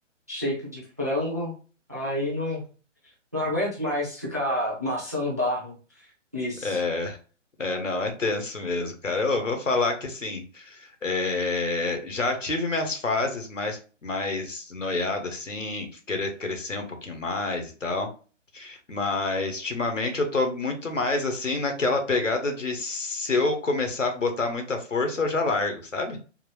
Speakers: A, on the right; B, on the left.
A: shake de frango. Aí não, não aguento mais ficar amassando barro nisso.
B: É, é, não, é tenso mesmo, cara. Eu vou falar que assim. É, já tive minhas fases mais, mais noiada, assim, querer crescer um pouquinho mais e tal. Mas ultimamente eu tô muito mais assim naquela pegada de se eu começar a botar muita força, eu já largo, sabe?